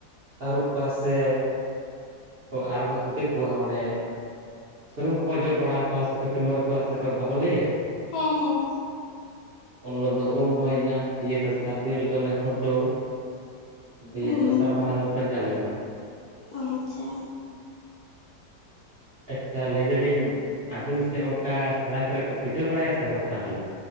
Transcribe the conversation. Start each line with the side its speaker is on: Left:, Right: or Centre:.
Right: ᱟᱹᱨᱩᱵ ᱠᱚᱣᱟ ᱥᱮ ᱟᱨᱚ ᱠᱚ ᱪᱤᱠᱟᱹᱜ ᱠᱚᱣᱟ ᱢᱟᱱᱮ ᱥᱩᱱᱩᱢ ᱠᱚᱠᱚ ᱚᱡᱚᱜ ᱵᱟᱲᱟ ᱠᱚᱣᱟ ᱥᱮ ᱪᱩᱢᱟᱹᱲ ᱠᱚᱣᱟ ᱥᱮᱠᱚ ᱵᱟᱠᱚ ᱞᱟᱹᱭᱟ
Left: ᱦᱮᱸ ᱦᱮᱸ
Right: ᱩᱱ ᱦᱤᱞᱳᱜ ᱫᱚ ᱩᱢ ᱦᱩᱭᱱᱟ ᱫᱤᱭᱮ ᱫᱚᱥᱟᱹᱨ ᱫᱤᱱ ᱦᱤᱞᱳᱜ ᱫᱚ ᱠᱷᱩᱱᱴᱟᱹᱣ ᱫᱤᱭᱮ
Left: ᱦᱩᱸ
Right: ᱚᱠᱟ ᱦᱤᱞᱳᱜ ᱯᱮ ᱡᱟᱞᱮ ᱢᱟ
Left: ᱟᱪᱪᱷᱟ
Right: ᱟᱪᱪᱷᱟ ᱞᱟᱹᱭ ᱫᱟᱞᱤᱧ ᱟᱵᱤᱱ ᱥᱮᱫ ᱚᱱᱠᱟ ᱥᱚᱦᱚᱨᱟᱭ ᱠᱚᱨᱮ ᱠᱚ ᱯᱤᱴᱷᱟᱹ ᱵᱟᱲᱟᱭᱟ ᱥᱮ ᱵᱟᱝ ᱛᱟᱦᱚᱞᱮ